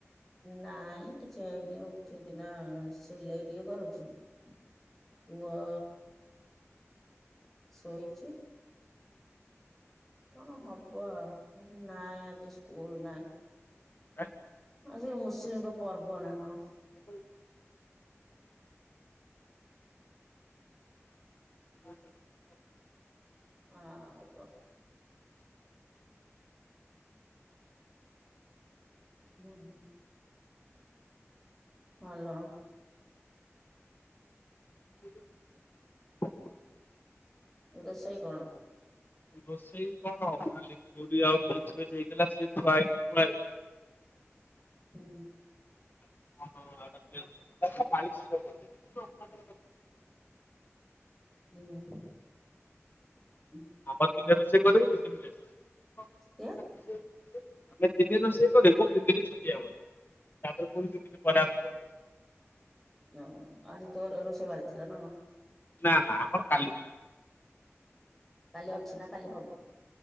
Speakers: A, in the centre; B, on the left (about 40°).
A: ନାଇଁ କିଛି ହେଇନି ଉଠିକିନା ସିଲେଇ ଟିକେ କରୁଚି। ପୁଅ ସୋଇଚି। କଣ ହବ ନାଇଁ ଆଜି ସ୍କୁଲ୍ ନାଇଁ।
B: <inaudible>
A: ହଁ ସେଉ ମୁସଲିମ୍ଙ୍କ ପର୍ବନା କଣ।
B: ହୁଁ। ହୁଁ।
A: ଆଉକଁ। ହୁଁ ହୁଁ। ହାଲୋ।
B: <inaudible>
A: ରୋଷେଇ କଣ?
B: ରୋଷେଇ କଣ ଖାଲି ପୁରୀ ଆଉ ମିକ୍ସିଭେଜ୍ ହେଇଥିଲା ସେଥୁଆହେଇଚି ଥୁଆହେଇଚି
A: ହୁଁ।
B: <unintelligible>
A: ହୁଁ। ଉଁ।
B: ଆମର ଦିନେ ରୋଷେଇ କରିବୁ ଦିଦିନି ଖାଇବୁ।
A: କିଏ?
B: ଆମେ ଦିନେ ରୋଷେଇ କରିବୁ ଦି ଦିନି ଛୁଟି ଆମର। ତାପରେ ପୁଣି ଦି ଦିନି ପରେ ଆମକୁ
A: <unintelligible> ଆଜି ତୋର ରୋଷେଇ ପାଳ ଥିଲାନା କଣ?
B: ନା ନା ଆମର କାଲି।
A: କାଲି ଅଛିନା କାଲି ହବ?